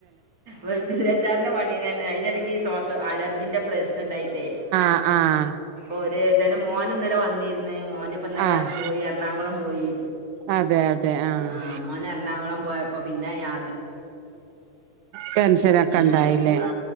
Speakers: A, on the right; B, on the right.
A: വെളുത്തുള്ളി അച്ചാറിന്റെ പണിയന്ന അതിനിടക്ക് ഈ സ്വാസ് അലർജിന്റെ പ്രശ്നം ണ്ടായി ട്ടെ
B: ആഹ് ആഹ്
A: ഓരെ ഇതാലും മോന്ന്നല വന്നിര്ന്ന് മോനിപ്പന്നല
B: ആഹ്
A: പോയി എറണാകുളം പോയി
B: അതെ അതെ ആഹ്
A: ആ മോൻ എറണാകുളം പോയപ്പോ പിന്നെ യാ
B: ടെൻഷനൊക്കെ
A: ഇന്നലെ
B: ഇണ്ടായില്ലേ
A: ആ